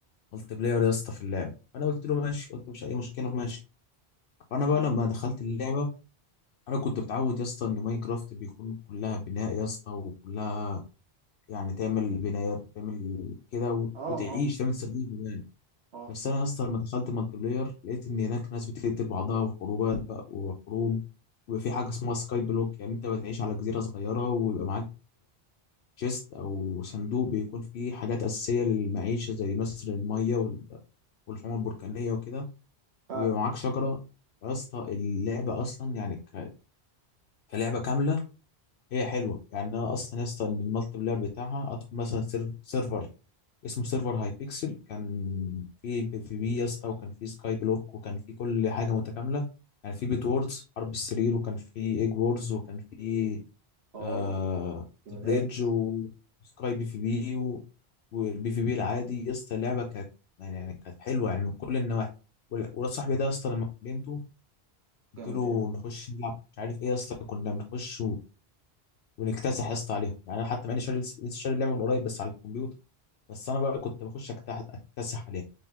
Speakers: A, on the left; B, on the right.
A: ملتي بلاير يا اسطى في اللعب فانا قلت له ماشي قلت مش اي مشكله ماشي فانا
B: تمام
A: بقى لما دخلت اللعبه انا كنت متعود يا اسطى ان ماينكرافت بيكون كلها بناء يا اسطى وكلها يعني تعمل بنايات وتعمل كده وت-
B: اه
A: وتعيش
B: اه
A: تعمل سيرفيس
B: اه
A: بس انا اصلا لما دخلت مالتي بلاير لقيت ان هناك ناس بتقتل بعضها وحروبات بقى وحروب ويبقى في حاجه اسمها سكاي بلوك يعني انت بتعيش على جزيره صغيره ويبقى معاك تشيست او صندوق بيكون فيه حاجات اساسيه للمعيشه زي مثلا الميه وال- والحمم البركانيه وكده
B: فعلا
A: وبيبقى معاك شجره يا اسطى اللعبه اصلا يعني ك- كلعبه كامله هي حلوه يعني انا اصلا يا اسطى إن المالتي بلاير بتاعها ادخل مثلا سيرف- سيرفر اسمه سيرفر هاي بيكسل كان في بي في بي يا اسطى وكان في سكاي بلوك وكان في كل حاجه متكامله يعني في بيد ووردز حرب السرير وكان في ايج ووردز وكان في
B: اه
A: آه
B: جمدان
A: بريدج
B: بس
A: وسكاي بي في بي و- والبي في بي العادي يا اسطى اللعبه كانت يعني يعني كانت حلوه يعني من كل النواحي وال- ولاد صاحبي ده يا اسطى لما كلمته قلت
B: جمدان
A: له نخش نلعب مش عارف ايه يا اسطى كنا بنخش و- ونكتسح يا اسطى عليهم يعني انا حتى ماني شاري لسه شاري اللعبه من قريب بس على الكمبيوتر بس انا بقى كنت بخش أكتح- اكتسح عليهم